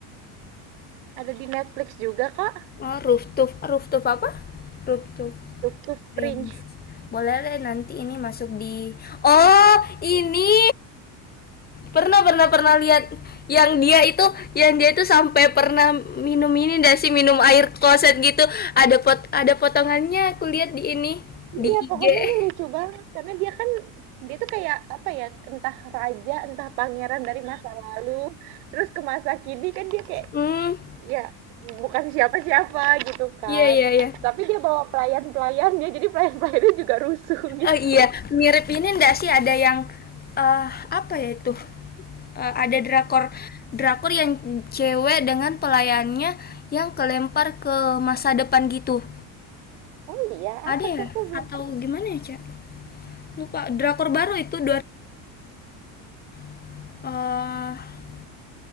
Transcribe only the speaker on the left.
oh rooftop rooftop apa rooftop
prince
boleh deh nanti ini masuk di oh ini pernah pernah pernah
lihat yang dia itu yang dia itu sampai pernah minum ini dan sih minum air kloset gitu ada pot ada potongannya aku lihat di ini di
IG
eh
hmm
iya iya iya
oh iya mirip ini ndak sih ada yang eh apa ya itu Eh, ada drakor drakor yang cewek dengan pelayannya yang kelempar ke masa depan gitu
ada
ya
atau
gimana ya Cak lupa drakor baru itu 2024 eh